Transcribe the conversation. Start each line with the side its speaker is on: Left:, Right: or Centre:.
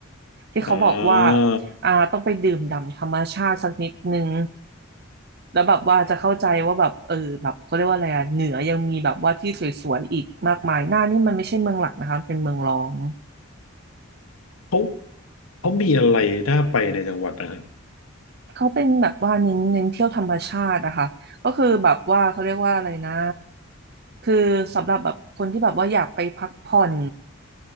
Right: ที่เขาบอกว่า
Left: อ่า
Right: อ่าต้องไปดื่มด่ำธรรมชาติสักนิดนึงแล้วแบบว่าจะเข้าใจว่าแบบเออแบบเขาเรียกว่าอะไรอะเหนือยังมีแบบว่าที่สวยๆอีกมากมายน่านนี่มันไม่ใช่เมืองหลักนะคะมันเป็นเมืองรอง
Left: เขาเขามีอะไรน่าไปในจังหวัดนะฮะ
Right: เขาเป็นแบบว่าเน้นเน้นเที่ยวธรรมชาติอะค่ะก็คือแบบว่าเขาเรียกว่าอะไรนะคือสำหรับแบบคนที่แบบว่าอยากไปพักผ่อน